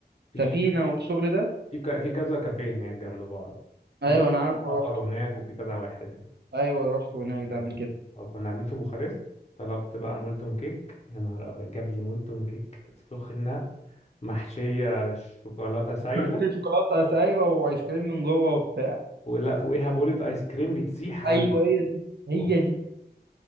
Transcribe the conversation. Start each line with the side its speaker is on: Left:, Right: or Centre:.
Left: في
Right: سفينه والشغل ده
Left: في ك... في كذا كافيه هناك جنب بعض
Right: ايوه
Left: في
Right: انا عارف روحت
Left: بافالو هناك وفي كذا واحد هناك
Right: ايوه روحت هناك ده قبل كده
Left: وكنا قاعدين في بوخارست طلبت بقى مولتون كيك يا نهار ابيض جاب لي مولتون كيك سخنه محشيه شوكولاته سايله
Right: <laughs> شوكولاته ايوه وايس كريم من جوه وبتاع
Left: ولا فوقيها بولة ايس كريم بتسيح عليها
Right: ايوه هي دي هي
Left: اوف
Right: دي